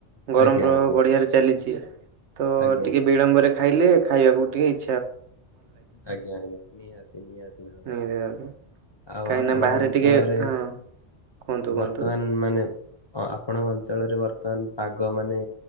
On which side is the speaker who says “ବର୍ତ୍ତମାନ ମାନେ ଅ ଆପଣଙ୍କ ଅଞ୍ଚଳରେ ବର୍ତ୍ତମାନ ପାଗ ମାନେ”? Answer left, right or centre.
Left